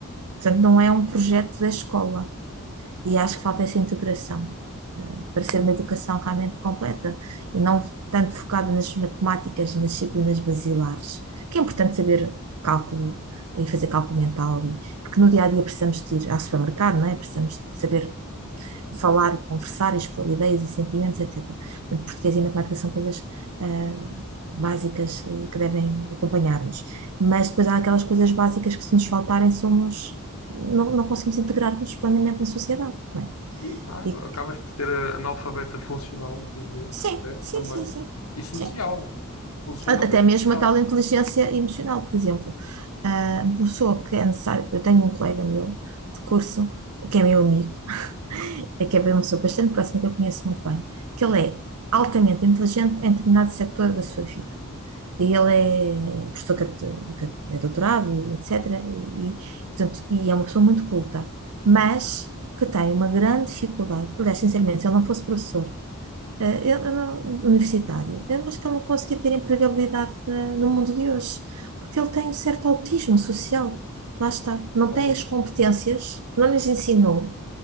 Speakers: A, on the right (about 85°); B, on the left (about 70°).
A: Portanto, não é um projeto da escola. E acho que falta essa integração, eh, para ser uma educação realmente completa e não tanto focada nas matemáticas, nas disciplinas basilares, que é importante saber cálculo e fazer cálculo mental, e- porque no dia a dia precisamos de ir ao supermercado, não é? Precisamos de saber falar, conversar, expor ideias e sentimentos, etc. Portanto, português e matemática são coisas eh, básicas e que devem acompanhar-nos. Mas depois há aquelas coisas básicas que, se nos faltarem, somos. Não, não conseguimos integrar-nos plenamente na sociedade, não é?
B: E claro,
A: E
B: acabas por ser eh, analfabeta funcional muitas vezes,
A: sim,
B: até,
A: sim,
B: também,
A: sim, sim,
B: e social.
A: sim.
B: Funcional
A: A- Até
B: e
A: mesmo
B: social.
A: a tal inteligência emocional, por exemplo. Ah, Uma pessoa que é necessário, eu tenho um colega meu de curso, que é meu amigo, é que é uma pessoa bastante próxima, que eu conheço muito bem, que ele é altamente inteligente em determinado setor da sua vida. E ele é professor cate- cate- é doutorado e etc. E, e, portanto, e é uma pessoa muito culta, mas que tem uma grande dificuldade. Aliás, sinceramente, se ele não fosse professor, eh, eu, eu não- universitário. Eu acho que ele não conseguia ter empregabilidade na- no mundo de hoje, porque ele tem um certo autismo social. Lá está. Não
B: Algumas
A: tem as competências, não lhes ensinou,